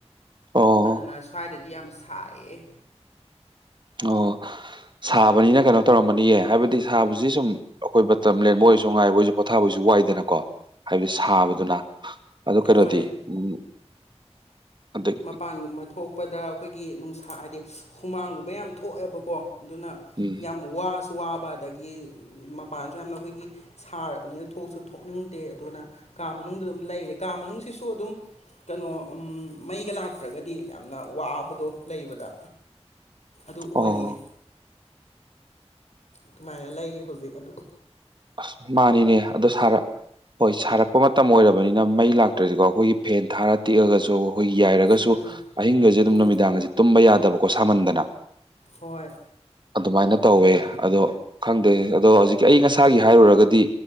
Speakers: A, on the right; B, on the left.
A: ꯑꯣ
B: ꯑꯗꯨꯅ ꯁ꯭ꯋꯥꯏꯗꯗꯤ ꯌꯥꯝꯅ ꯁꯥꯏꯌꯦ
A: ꯑꯣꯑꫭ ꯁꯥꯕꯅꯤꯅ ꯀꯩꯅꯣ ꯇꯧꯔꯝꯃꯅꯤꯌꯦ ꯍꯥꯏꯕꯗꯤ ꯁꯥꯕꯁꯤ ꯁꯨꯝ ꯑꯩꯈꯣꯏ ꯃꯇꯝ ꯂꯦꯟ ꯑꫭꯏꯁꯨ ꯉꯥꯏꯈꯣꯏꯁꯨ ꯄꯣꯊꯥꯕꯁꯨ ꯋꯥꯏꯗꯅꯀꯣ ꯍꯥꯏꯕꯗꯤ ꯁꯥꯕꯗꯨꯅ ꯑꯗꯨ ꯀꯩꯅꫭꯗꯤ
B: ꯍꯣꯏ
A: ꯎꯝ ꯑꯗꯩ
B: ꯃꯄꯥꯟꯒꯨꯝꯕ ꯊꯣꯛꯄꯥꯗ ꯑꯩꯈꯣꯏꯒꯤ ꯅꯨꯡꯁꯥ ꯍꯥꯏꯗꯤ ꯍꯨꯃꯥꯡꯒꯨꯝꯕ ꯌꯥꯝ ꯊꯣꯛꯑꯦꯕꯀꯣ ꯑꯗꯨꯅꯥ
A: ꯎꯝ
B: ꯌꯥꯝꯝ ꯋꯥꯁꯨ ꯋꯥꯕ ꯑꯗꯥꯒꯤ ꯃꯄꯥꯟꯁꯨ ꯌꯥꯝꯅ ꯑꯩꯈꯣꯏꯒꯤ ꯁꯥꯔꯕꯥꯅꯤꯅ ꯊꯣꯛꯁꯨ ꯊꯣꯛꯅꯤꯡꯗꯦ ꯑꯗꯨꯅ ꯀꯥ ꯃꯅꯨꯡꯗꯥ ꯑꯗꯨꯝ ꯂꯩꯔꯦ ꯀꯥ ꯃꯅꯨꯡꯁꯤꯁꯨ ꯑꯗꯨꯝ ꯀꯩꯅꯣ ꯎꯝ ꯃꯩꯒꯥ ꯂꯥꯛꯇ꯭ꯔꯒꯗꯤ ꯌꯥꯝꯅ ꯋꯥꯕꯗꯣ ꯂꯩꯕꯥꯗ ꯑꯗꯨ ꯑꯣꯏꯌꯦ
A: ꯑꯣ
B: ꯑꯗꯨꯃꯥꯏꯅ ꯂꯩ ꯍꯧꯖꯤꯛ ꯑꯗꫭ
A: ꯑꯥꯁ ꯃꯥꯅꯤꯅꯦ ꯑꯣꯗꫭ ꯁꯥꯔꯛ ꯍꯣꯏ ꯁꯥꯔꯛꯄꯥ ꯃꯇꯝ ꯑꯣꯏꯔꯛꯄꯅꯤꯅ ꯃꯩ ꯂꯥꯛꯇ꯭ꯔꯁꯤꯀꯣ ꯑꯩꯈꯣꯏꯒꯤ ꯐꯦꯟ ꯊꯥꯔ ꯇ°ꯛꯑꯒꯁꯨ ꯑꯨꯏꯒ°ꯍꯥꯏꯔꯒꯁꯨ
B: ꯎꯝ
A: ꯑꯍꯤꯡꯒꯁꯦ ꯑꯗꯨꯝ
B: ꯎꯝ
A: ꯅꯨꯃꯤꯗꯥꯡꯁꯦ ꯇꯨꯝꯕ ꯌꯥꯗꯕꯀꯣ ꯁꯥꯃꯟꯗꯅꯥ
B: ꯍꯣꯏ
A: ꯑꯗꯨ ꯃꯥꯏꯅ ꯇꯧꯋꯦ
B: ꯑꯗꯨꯃꯥꯏꯅ
A: ꯑꯗꯨ ꯈꯪꯗ꯭ꯔꯦ ꯑꯗꯣ ꯍꯧꯖꯤꯛꯀꯤ ꯑꯏꯪ ꯑꯁꯥꯒꯤ ꯍꯥꯏꯔꯨꯔꯒꯗꯤ